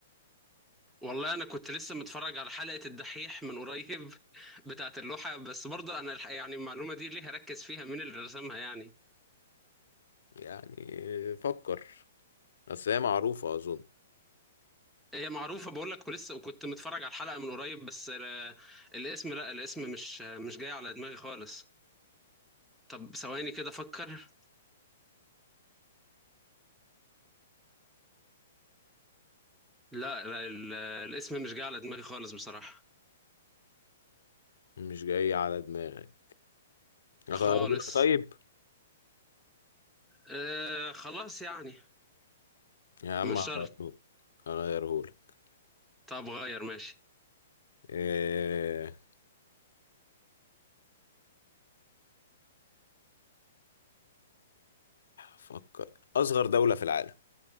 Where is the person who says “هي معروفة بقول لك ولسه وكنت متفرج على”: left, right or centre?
Centre